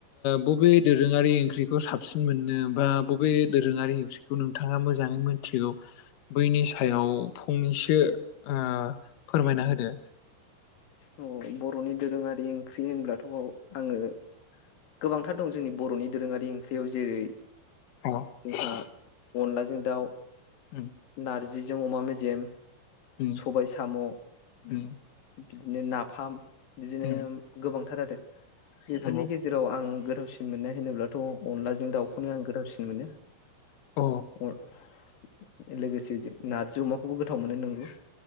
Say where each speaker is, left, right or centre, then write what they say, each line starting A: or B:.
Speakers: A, on the left (about 80°); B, on the left (about 55°).
A: बबे दोरोङारि ओंख्रिखौ साबसिन मोननो बा बबे दोरोङारि ओंख्रिखौ नोंथाङा नोंथाङा मोजाङै मिथिगौ बैनि सायाव फंनैसो ओ फोरमायना होदो
B: औ बर'नि दोरोङारि ओंख्रि होनब्लाथ' आङो गोबांथार दं जोंनि बर'नि दोरोङारि ओंख्रियाव जेरै
A: <unintelligible>
B: जोंहा अनलाजों दाउ
A: उम
B: नार जिजों अमा मेजेम
A: उम
B: सबाय साम'
A: उम
B: बिदिनो नाफाम बिदिनो
A: उम
B: गोबांथार <inaudible> बेफोरनि
A: नंगौ
B: गेजेराव आं गोथावसिन मोननाय होनोब्लाथ' अनलाजों दाउखौनो आं गोथावसिन मोनो <inaudible>
A: अ
B: लोगोसे नार्जि अमाखौबो गोथाव मोनो नोंगौ